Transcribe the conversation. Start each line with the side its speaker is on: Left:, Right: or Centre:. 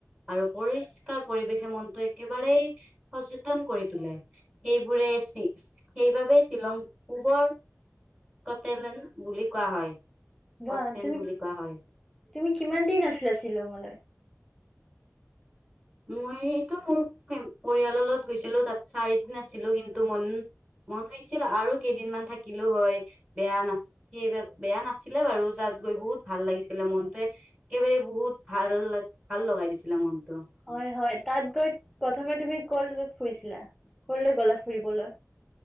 Right: আৰু পৰিষ্কাৰ পৰিৱেশে মনটো একেবাৰেই। সচেতন কৰি তোলে সেইবোৰে সেইবাবে শ্বিলং পূবৰ কতেলেন বুলিক কোৱা হয় স্কটলেণ্ড
Centre: বা তুমি
Right: বুলি কোৱা হয়
Centre: তুমি কিমান দিন আছিলা শ্বিলংলৈ
Right: মইতো মোৰ পৰিয়ালৰ লগত গৈছিলো তাত চাৰিদিন আছিলো কিন্তু মন মন হৈছিল আৰু কেইদিনমান থাকিলো হয় বেয়া না স বেয়া নাছিলে বাৰু তাত গৈ বহুত ভাল লাগিছিলে মনটোৱে একেবাৰে বহুত ভাল ভাল লগাই দিছিলে মনটো।
Centre: হয় হয় তাত গৈ প্ৰথমে তুমি কল ফুৰিছিলা কলে গ'লা ফুৰিবলৈ